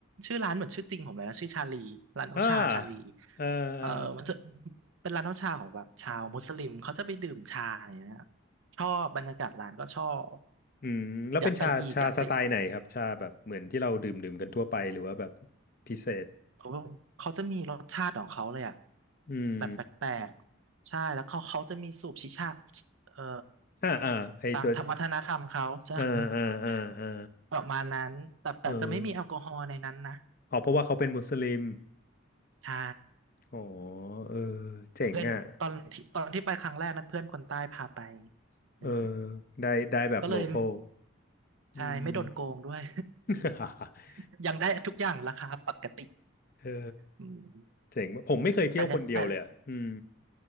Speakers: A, on the right (about 75°); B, on the left (about 45°).
A: ชื่อร้านเหมือนชื่อจริงผมเลยนะชื่อชาลีร้านน้ำชาชาลี
B: อ่าเออเออ
A: เออมันจะเป็นร้านน้ำชาของแบบชาวมุสลิมเขาจะไปดื่มชาเนี่ยนะชอบบรรยากาศร้านก็ชอบ
B: อืมแล้วเป็นชาชาสไตล์ไหนครับชาแบบเหมือนที่เราดื่มดื่มกันทั่วไปหรือว่าแบบ
A: อยากไปอีกอยากไปอีก
B: พิเศษ
A: เขาเขาจะมีรสชาติของเขาเลยอ่ะ
B: อืม
A: แบบแปลกๆใช่แล้วเขาเขาจะมีสูบชิชาเอ่อ
B: อ่าอ่าไอตัว
A: ตามธรรมวัฒนธรรมเขาจะ
B: อ่าอ่าอ่าอ่า
A: <laughs> ประมาณนั้นแต่แต่จะไม่มีแอลกอฮอล์ในนั้นนะ
B: เอออ๋อเพราะว่าเขาเป็นมุสลิม
A: อืมใช่
B: อ๋อเออเจ๋งอ่ะ
A: เพื่อนตอนที่ตอนที่ไปครั้งแรกนะเพื่อนคนใต้พาไปเออ
B: เออได้ได้แบบโลคอล
A: ก็เลย
B: อืม
A: ใช่ไม่โดนโกงด้วย
B: <laughs>
A: <laughs> ยังได้ทุกอย่างราคาปกติ
B: เออ
A: อืม
B: เจ๋งว่ะผมไม่เคยเที่ยวคนเดียวเลยอ่ะอืม
A: แต่เนี่ยแต่